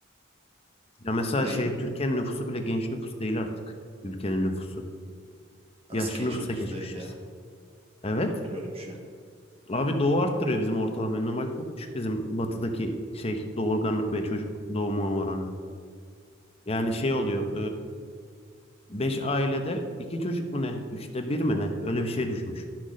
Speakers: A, on the left (about 30°); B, on the right (about 30°).
A: Ya mesela
B: Neyin?
A: şey Türkiye'nin nüfusu bile genç nüfus değil artık. Ülkenin nüfusu.
B: Az
A: Yaşlı
B: genç
A: nüfusa
B: nüfus
A: geçmişiz.
B: değil ya.
A: Evet.
B: Yoktur öyle bir şey.
A: Abi doğu arttırıyor bizim ortalamayı. Normalde çok düşük bizim batıdaki şey doğurganlık ve çocuk doğumu oranı. Yani şey oluyor. beş ailede 2 çocuk mu ne? üçte bir mi ne? Öyle bir şey düşmüş.